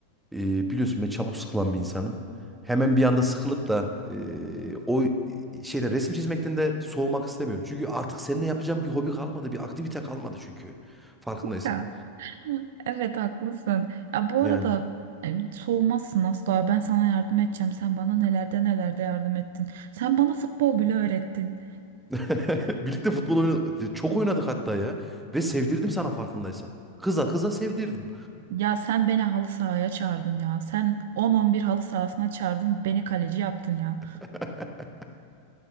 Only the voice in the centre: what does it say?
e, biliyorsun ben çabuk sıkılan bir insanım. Hemen bir anda sıkılıp da e, o şeyde resim çizmekten de soğumak istemiyorum. Çünkü artık seninle yapacağım bir hobi kalmadı, bir aktivite kalmadı çünkü. Farkındaysan.
Yani.
<laughs> Birlikte futbol oynadık. Çok oynadık hatta ya. Ve sevdirdim sana farkındaysan. Kıza kıza sevdirdim.
<laughs>